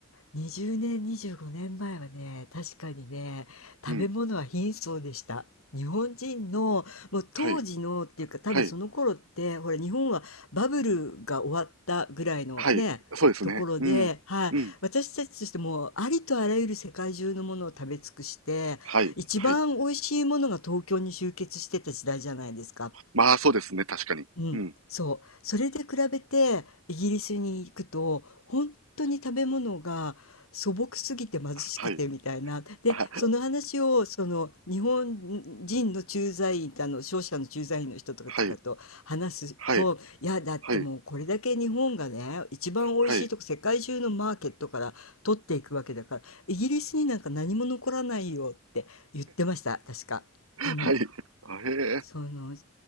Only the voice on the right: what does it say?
うん、
はい、
はい、
はい、そうですね、
うん、
うん、
はい、
はい。まあ、そうですね、確かに。
うん。
はい。
あ、
はい。はい。
はい。
はい。
はい。あ、へえ。